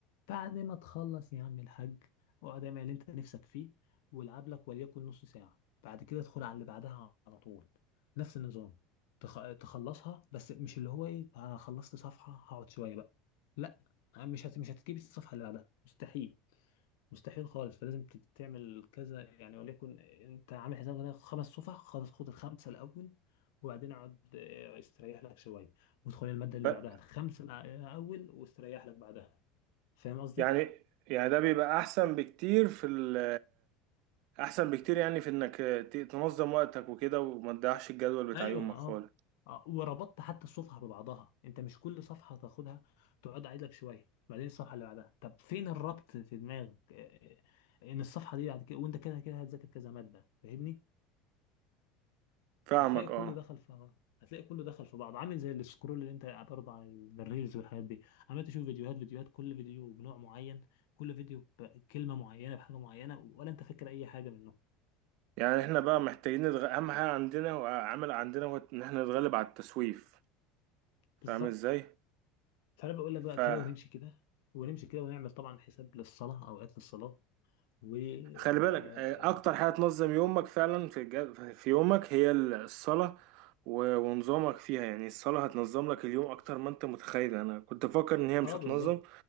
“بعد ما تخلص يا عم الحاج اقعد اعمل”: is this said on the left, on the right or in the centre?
Left